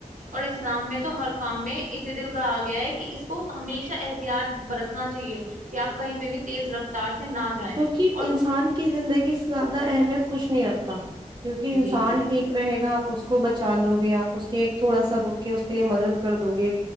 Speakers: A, on the right; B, on the right.
A: اور اسلام میں تو ہر کام میں ات دل کہا گیا ہے کہ اس کو ہمیشہ احتیاط برتنا چاہیے کہ آپ کہیں پہ بھی تیز رفتار سے نہ جائیں
B: کہ
A: اور
B: انسان کی زندگی سے زیادہ اہمیت کچھ نہیں رکھتا کیونکہ انسان
A: جی جی
B: ٹھیک رہے گا آپ اس کو بچا لو گے آپ اس کی ایک تھوڑا سا روک کے اس کے لیے مدد کر دو گے